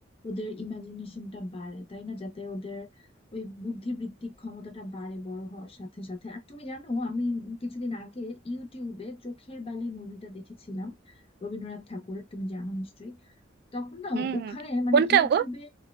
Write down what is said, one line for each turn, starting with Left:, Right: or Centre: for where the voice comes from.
Left: ওদের ইমাজিনেশনটা বাড়ে তাই না যাতে ওদের ওই বুদ্ধিবৃত্তিক ক্ষমতাটা বাড়ে বড় হওয়ার সাথে সাথে আর তুমি জানো আমি কিছুদিন আগে ইউটিউবে চোখের বালি মুভিটা দেখেছিলাম রবীন্দ্রনাথ ঠাকুরের তুমি জানো নিশ্চয়ই তখন না
Right: হুম
Left: ওখানে
Right: হুম
Left: মানে
Right: কোনটা
Left: ইউটিউবে
Right: গো